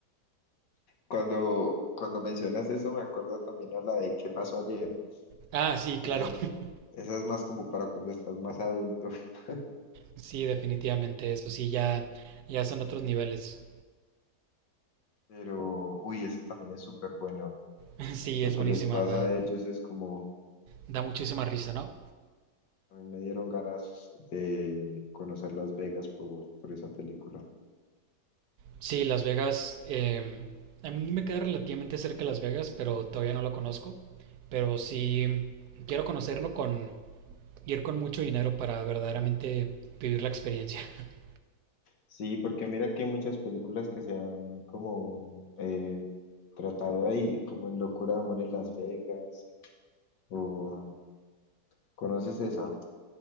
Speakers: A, on the left; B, on the right.
A: Cuando, cuando mencionas eso, me acuerdo también a la de ¿Qué pasó ayer?
B: Ah, sí,
A: Que
B: claro.
A: esa,
B: <laughs>
A: esa es más como para cuando estás más adulto, <laughs>
B: Sí, definitivamente. Eso sí, ya, ya son otros niveles.
A: pero uy, eso también es súper bueno.
B: <laughs> Sí,
A: Lo
B: es
A: que
B: buenísima.
A: les pasa
B: Da,
A: a ellos es como,
B: da muchísima risa, ¿no?
A: a mí me dieron ganas de conocer Las Vegas por, por esa película.
B: Sí, Las Vegas. eh, a mí me queda relativamente cerca Las Vegas, pero todavía no lo conozco. Pero sí quiero conocerlo con ir con mucho dinero para verdaderamente vivir la experiencia. <laughs>
A: Sí, porque mira que hay muchas películas que se han como eh, tratado ahí, como en Locura de Amor en Las Vegas, o ¿conoces esa?